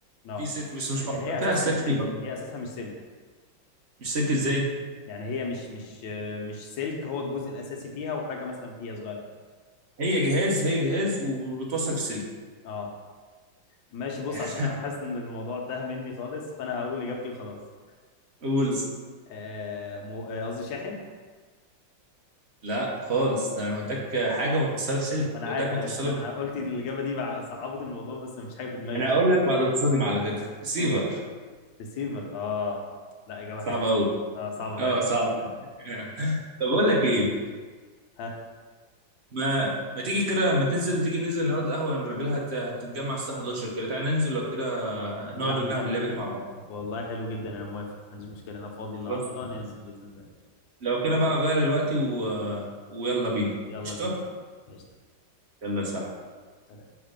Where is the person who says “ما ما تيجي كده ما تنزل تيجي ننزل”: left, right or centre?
Right